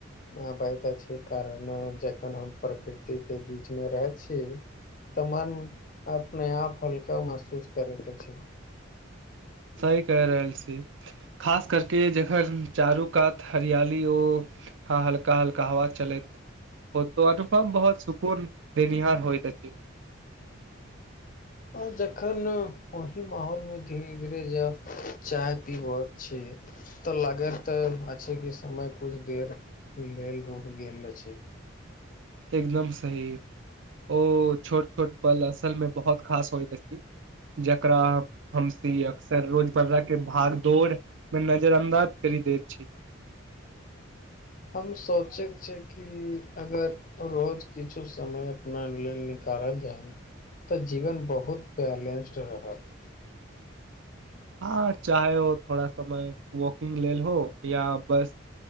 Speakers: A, on the left; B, on the right.
A: आब तऽ अहि कारण जखन हम प्रकृति के बीच मे रहै छिइ तऽ मन अपने आप हल्का महसूस करैत अछि
B: सही कहइ रहल छी खास करके जखन चारू कात हरियाली ओ हा हल्का हल्का हवा चलैत ओ तो अनुपम बहुत सुकून देनिहार होइत अछि
A: आ जखन वही माहौलमे धीरे ज चाय पीब क छै तऽ लागैत त अछि कि समय कुछ देर लेल रुक गेल अछि
B: एकदम सही ओ छोट छोट पल असल मे बहुत खास होइ त अछि जकरा हमस अक्सर रोजप्रा के भाग दौड़ मे नजर अंदाज कर दैय छी
A: हम सोचैक छै कि अगर रोज किछु समय अपना लेल निकारल जाय तऽ जीवन बहुत बेलंस्ट रहत
B: हँ चाहे हो थोड़ा समय वकिंग लेल हो या बस